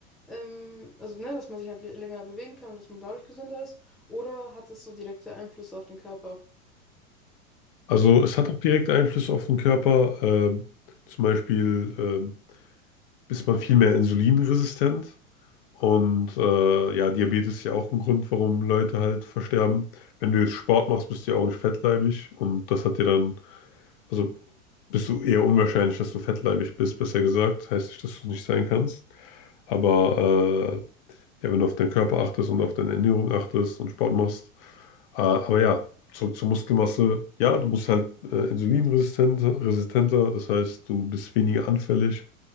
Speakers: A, in the centre; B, on the left.
A: ähm, also ne, dass man sich halt lä- länger bewegen kann und dass man dadurch gesünder ist, oder hat es so direkte Einflüsse auf den Körper?
B: Also
A: Wenn,
B: es hat auch direkte Einflüsse auf den Körper. ähm, zum Beispiel ähm, ist man viel mehr insulinresistent. Und äh, ja, Diabetes ist ja auch ein Grund, warum Leute halt versterben. Wenn du jetzt Sport machst, bist du ja auch nicht fettleibig. Und das hat dir dann, also bist du eher unwahrscheinlich, dass du fettleibig bist, besser gesagt. Heißt nicht, dass du es nicht sein kannst. Aber äh, ja, wenn du auf deinen Körper achtest und auf deine Ernährung achtest und Sport machst. Äh, aber ja, zurück zur Muskelmasse. Ja, du bist halt äh, insulinresistenter, resistenter, das heißt, du bist weniger anfällig